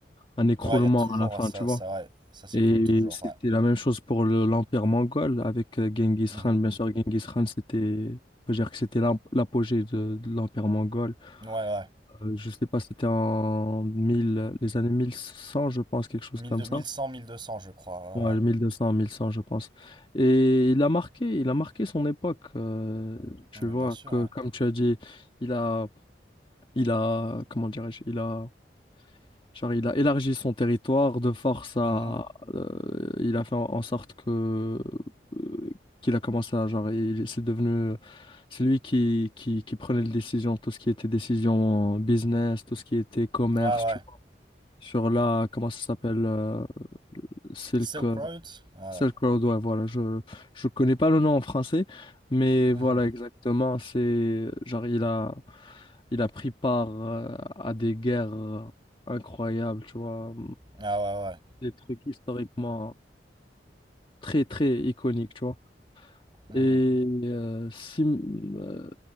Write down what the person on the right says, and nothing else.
ouais, il y a toujours
ça,
ça, ouais. Ça s'écoule
toujours,
ouais.
Mhm.
Ouais, ouais.
mille
deux-
mille cent 1200 je crois,
ouais,
ouais. Ouais,
bien sûr,
ouais.
Mhm.
Ouais, ouais.
Silk
Road? Ouais,
ouais.
Mhm.
Ah, ouais, ouais.
Mhm.